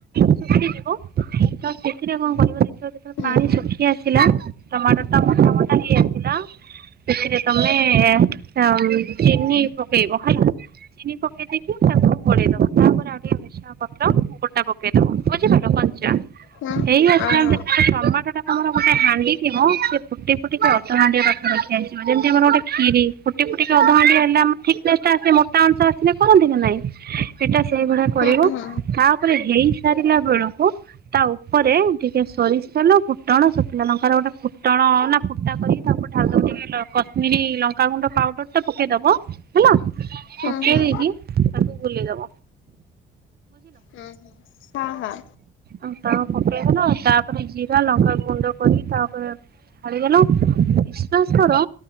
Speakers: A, on the right; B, on the left.
A: ଶୁଖିଯିବ ତ ସେଥିରେ କଣ କରିବ ତ ଯେତେବେଳେ
B: ହୁଁ
A: ପାଣି ଶୁଖି ଆସିଲା ଟମାଟୋ ଟମାଟୋ ଖଟା ହେଇ ଆସିଲା ସେଥିରେ ତମେ ଆଉ ଚିନି ପକେଇବ ହେଲା। ଚିନି ପକେଇ ଦେଇକି ତାକୁ ଗୋଳେଇ ଦବା ତାପରେ ଆଉ ଟିକେ ଭେସୃଙ୍ଗ ପତ୍ର ଗୋଟା ପ <unintelligible> ବୁଝି ପାରିଲ କଞ୍ଚା
B: ହୁଁ
A: ହେଇ ଆସିଲାଣି
B: ଅହ
A: ଦେଖ ଟମାଟୋ ଟା ତମର ଗୋଟେ ହାଣ୍ଡି ଥିବ ସିଏ ଫୁଟି ଫୁଟିକି ଅଧ ହାଣ୍ଡିଏ ପାଖାପାଖି ଆସିଯିବ ଯେମତି ଆମର ଗୋଟେ କ୍ଷୀରି। ଫୁଟି ଫୁଟିକି ଅଧ ହାଣ୍ଡି ହେଲେ ଆମ ଥିକନେସଟା ଆସେ ମୋଟା ଅଂଶ ଆସିଲେ କରନ୍ତି ନା ନାଇଁ। ସେଟା ସେଇଭଳିଆ କରିବ
B: ହୁଁ ହୁଁ ହୁଁ
A: ତାପରେ ହେଇ ସାରିଲା ବେଳକୁ ତା ଉପରେ ଟିକେ ସୋରିଷ ତେଲ ଫୁଟଣ ଶୁକିଲା ଲଙ୍କାରେ ଗୋଟେ ଫୁଟଣ ନା ଫୁଟା କରିକି ତାକୁ ଢାଳିଦବୁ ଟିକେ ଲ କଶ୍ମିରୀ ଲଙ୍କାଗୁଣ୍ଡ ପାଉଡରଟା ପକେଇଦବ ହେଲା
B: ହୁଁ
A: ପକେଇ
B: ହୁଁ
A: ଦେଇକି ତାକୁ ବୁଲେଇ ଦବ।
B: ହୁଁ ହୁଁ ହଁ ହଁ।
A: ଆଉ ତା ପକେଇଦେଲ ତା ତାପରେ ଜିରା ଲଙ୍କା ଗୁଣ୍ଡ କରିକି ତା ଓପେରେ ଢାଳିଦେଲ ବିଶ୍ୱାସ କର